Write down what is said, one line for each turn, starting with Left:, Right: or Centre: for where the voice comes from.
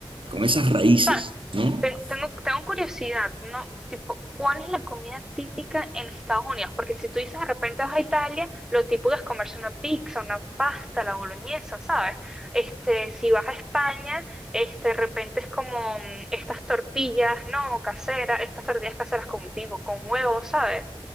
Right: con esas raíces,
Centre: Pa,
Right: ¿no?
Centre: tengo, tengo, tengo curiosidad, ¿no? Tipo, ¿cuál es la comida típica en Estados Unidos? Porque si tú dices de repente vas a Italia, lo típico es comerse una pizza, una pasta, la boloñesa, ¿sabes? Este, si vas a España, este, de repente es como mm, estas tortillas, ¿no? Caseras, estas tortillas caseras con, digo, con huevos, ¿sabes?